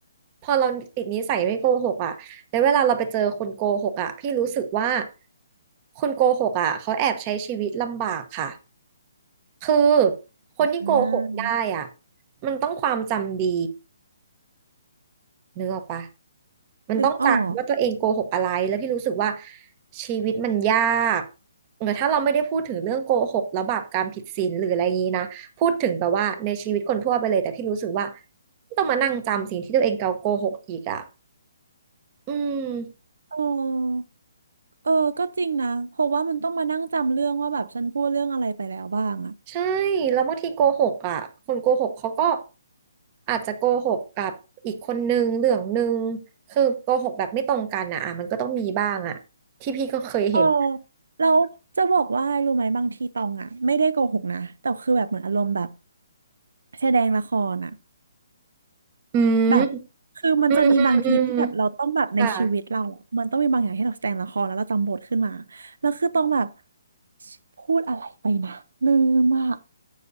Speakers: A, on the right; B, on the right.
A: พอเราติดนิสัยไม่โกหกอ่ะแล้วเวลาเราไปเจอคนโกหกอ่ะพี่รู้สึกว่าคนโกหกอ่ะเขาแอบใช้ชีวิตลำบากค่ะคือคนที่โกหกได้อ่ะ
B: อ่า
A: มันต้องความจำดี นึกออกปะมันต้องจำว่าตัวเองโกหกอะไรแล้วพี่รู้สึกว่า
B: นึกออก
A: ชีวิตมันยากเออถ้าเราไม่ได้พูดถึงเรื่องโกหกแล้วบาปกรรมผิดศีลหรืออะไรอย่างนี้นะพูดถึงแบบว่าในชีวิตคนทั่วไปเลยแต่พี่รู้สึกว่าต้องมานั่งจำสิ่งที่ตัวเองเกาโกหกอีกอ่ะอืม
B: เออเออก็จริงนะเพราะว่ามันต้องมานั่งจำเรื่องว่าแบบฉันพูดเรื่องอะไรไปแล้วบ้างอะ
A: ใช่แล้วบางทีโกหกอ่ะคนโกหกเขาก็อาจจะโกหกกับอีกคนนึงเรื่องนึงคือโกหกแบบไม่ตรงกันอ่ะอ่ะมันก็ต้องมีบ้างอ่ะที่พี่ก็เคยเห็น
B: เออแล้วจะบอกว่ารู้ไหมบางทีตองอะไม่ได้โกหกนะแต่คือแบบเหมือนอารมณ์แบบแสดงละครอะ
A: อืม
B: แบบคือมันจะมีบางทีที่แบบเราต้องแบบในชีวิตเราอะมันต้องมีบางอย่างที่เราแสดงละครแล้วเราจำบทขึ้นมา
A: อืมอืมอืมค่ะ
B: แล้วคือต้องแบบพูดอะไรไปนะลืมอาะ